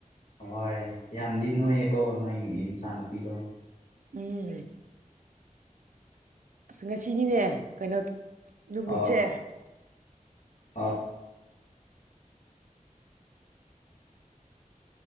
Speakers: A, on the left; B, on the right.
A: ꯍꯣꯏ ꯌꯥꯝꯗꯤ ꯅꯣꯏꯌꯦꯀꯣ ꯅꯣꯏ ꯅꯆꯥꯅꯨꯄꯤꯗꯣ
B: ꯎꯝ ꯑꯁ ꯉꯁꯤꯅꯤꯅꯦ ꯀꯩꯅꯣ ꯅꯨꯃꯤꯠꯁꯦ
A: ꯑꯣ ꯑꯣ